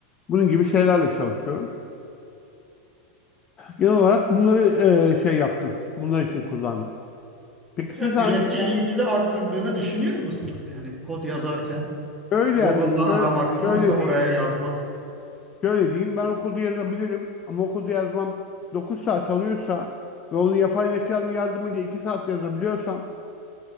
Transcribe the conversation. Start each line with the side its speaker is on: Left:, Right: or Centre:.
Left: Bunun gibi şeylerle çalışıyorum. Genel olarak bunları e, şey yaptım. Bunlar için kullandım. Peki
Centre: Peki
Left: siz
Centre: üretkenliğinizi
Left: hangi
Centre: arttırdığını düşünüyor musunuz yani kod yazarken
Left: şöyle
Centre: Google'da
Left: yaz-
Centre: aramaktansa
Left: şö- şöyle diyeyim,
Centre: oraya yazmak
Left: şöyle diyeyim ben okulda yazabilirim ama okulda yazmam 9 saat alıyorsa ve onu yapay zekanın yardımıyla 2 saat yazabiliyorsam